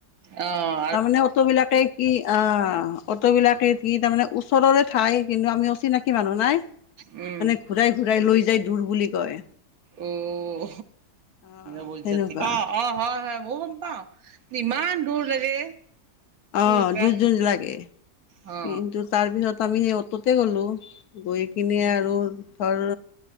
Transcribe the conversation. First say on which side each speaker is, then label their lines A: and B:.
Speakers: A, on the right; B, on the left.
A: অঁ।
B: তাৰমানে অটো বিলাকে কি আ' অটো বিলাকে কি তাৰ মানে ওচৰৰে ঠাই কিন্তু আমি অচিনাকি কি মানুহ নাই।
A: উম।
B: মানে ঘূৰাই ঘূৰাই লৈ যাই দূুৰ বুলি কয়।
A: অঁ,
B: অ',
A: অহ,
B: সেনেকুৱা
A: অ' হয় হয়, মইও গম পাওঁ। ইমান দূৰ লাগে। তেনেকুৱা
B: অঁ, দূৰ-দূৰ লাগে,
A: অ
B: কিন্তু তাৰপিছত আমি সেই অটোতে গ'লো। গৈ কিনে আৰু ধৰ